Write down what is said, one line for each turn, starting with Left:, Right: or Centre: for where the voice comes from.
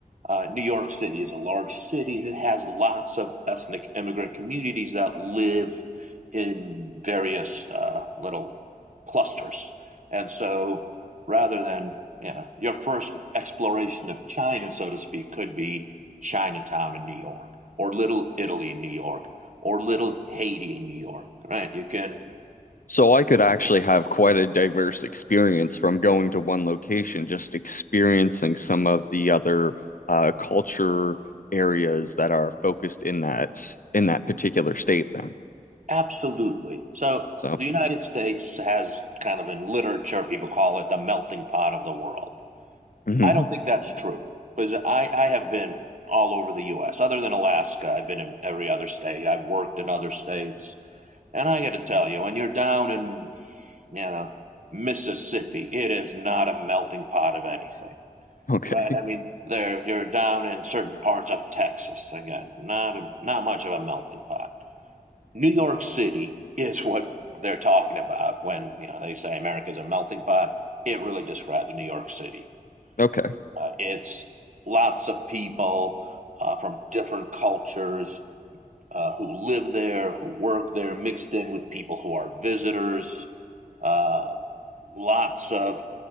Right: Uh, New York City is a large city and it has lots of ethnic immigrant communities that live in various uh, little clusters. And so rather than, you know, your first exploration of China, so to speak, could be Chinatown in New York or Little Italy in New York or Little Haiti in New York, right? You can
Left: So I could actually have quite a diverse experience from going to one location, just experiencing some of the other uh, culture areas that are focused in that in that particular state then.
Right: absolutely. So
Left: So,
Right: the United States has kind of in literature, people call it the melting pot of the world.
Left: mhm.
Right: I don't think that's true because I, I have been all over the US. Other than Alaska, I've been in every other state. I've worked in other states. And I got to tell you, when you're down in, you know, Mississippi, it is not a melting pot of anything.
Left: <laughs> Okay.
Right: Right. I mean, there you're down in certain parts of Texas again. Not a, not much of a melting pot. New York City is what they're talking about when you know they say America's a melting pot. It really describes New York City.
Left: Okay.
Right: Uh, it's lots of people uh, from different cultures uh, who live there, who work there, mixed in with people who are visitors. Uh, lots of